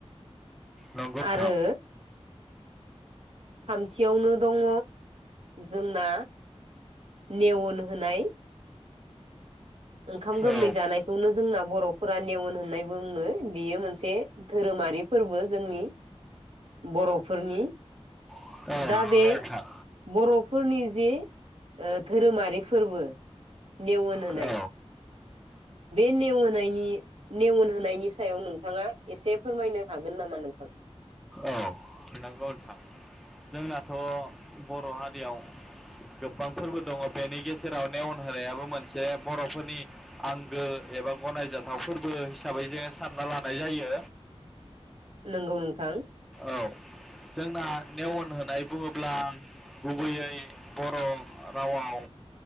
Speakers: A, in the centre; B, on the right (about 60°).
A: नंगौ नोंथां।
B: आरो थामथियावनो दङ जोंना नेेवोन होनाय। ओंखाम गोरलै
A: औ
B: जानाय। खौनो जोंना बर'फोरा नेवन होनाय बुङो बियो मोनसे धोरोमारि फोरबो जोंनि बर'फोरनि।
A: औ नंगौ
B: दा बे
A: नोंथां
B: बर' फोरनि जि ओ धोरोमारि फोरबो नेेवन होनाय।
A: औ
B: बे नेेवन होनायनि नेवन होनायनि सायाव नोंथाङा एसे फोरमायनो हागोन नामा नोंथां?
A: औ नंगौ नोंथां जोंनाथ' बर' हारियाव गोबां फोरबो दङ बेनि गेजेराव नेेवन होनायाबो मोनसे बर'फोरनि आंगो एबा गनायजाथाव फोरबो हिसाबै जोङो सानना लानाय जायो।
B: नंगौ नोंथां
A: औ जोंना नेेवन होनाय बुङोब्ला गुबैयै बर' रावाव